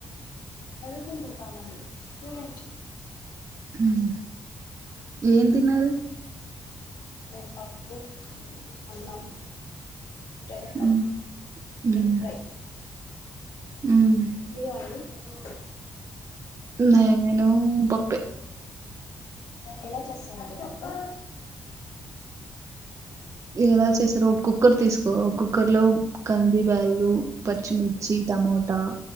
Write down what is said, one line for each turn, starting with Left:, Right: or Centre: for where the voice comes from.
Left: చదువుకుంటుంటామండి స్టూడెంట్
Right: మ్మ్ ఏం
Left: మీరు
Right: తిన్నారు
Left: అండి మేము పప్పు అన్నాం పొటాటో ఫ్రై,
Right: మ్మ్ మ్మ్
Left: ఎగ్ ఫ్రై
Right: మ్మ్
Left: మీవండి హలో
Right: నేను పప్పే
Left: ఎలా చేస్తారండి పప్పు
Right: ఎలా చేస్తారు ఒక కుక్కర్ తీసుకో కుక్కర్ లో కంది బ్యాళ్ళు, పచ్చిమిర్చి, టమోటా,